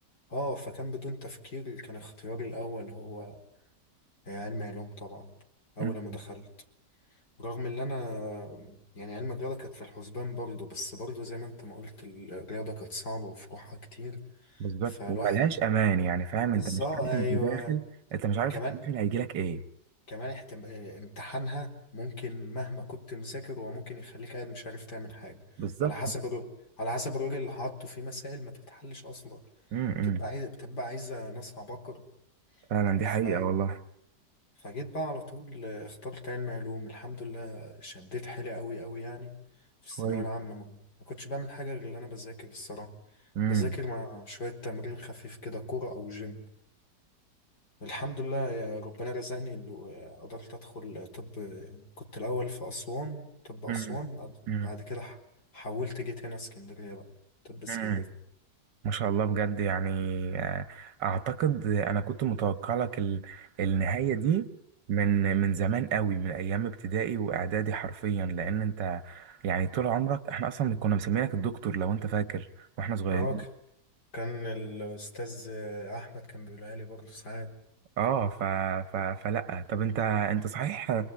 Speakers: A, on the left; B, on the right.
A: اه فكان بدون تفكير كان اختياري الأول هو علم علوم طبعا أول
B: مم.
A: لما دخلت رغم ان انا يعني علم الرياضة كانت في الحسبان برضه بس برضه زي ما انت ما قلت الرياضة كانت صعبة وفروعها كتير
B: بالظبط
A: فالواحد
B: وملهاش أمان يعني فاهم
A: بالظبط
B: أنت مش عارف
A: ايوه
B: أنت داخل أنت مش عارف
A: كمان
B: التقدير اللي هيجيلك إيه
A: كمان احتم... آه، امتحانها ممكن مهما كنت مذاكر هو ممكن يخليك قاعد مش عارف تعمل حاجه
B: بالظبط
A: على حسب الر... على حسب الراجل اللي حاطه في مسائل ما تتحلش اصلا
B: مم،
A: بتبقى
B: مم.
A: عايز بتبقى عايزه ناس عباقره
B: فعلا دي
A: ف...
B: حقيقة والله
A: فجيت بقى على طول آه، اخترت علم علوم الحمد لله شديت حيلي قوي قوي يعني في الثانويه
B: كويس
A: العامه ما ما كنتش بعمل حاجه غير اللي انا بذاكر الصراحه
B: مم.
A: بذاكر مع شويه تمرين خفيف كده كوره او جيم الحمد لله يا ربنا رزقني إنه قدرت أدخل طب كنت الأول في أسوان طب أسوان
B: مم.
A: بعد,
B: مم.
A: بعد كده ح- حولت جيت هنا اسكندرية بقى طب اسكندرية
B: مم. ما شاء الله بجد يعني آه، اعتقد انا كنت متوقع لك ال- النهاية دي من من زمان قوي من ايام ابتدائي واعدادي حرفيا لان انت يعني طول عمرك احنا اصلا كنا مسمينك الدكتور لو انت فاكر واحنا صغيرين
A: اه ك- كان الأستاذ أحمد كان بيقولها لي برضه ساعات
B: اه ف... ف... فلا طب انت انت صحيح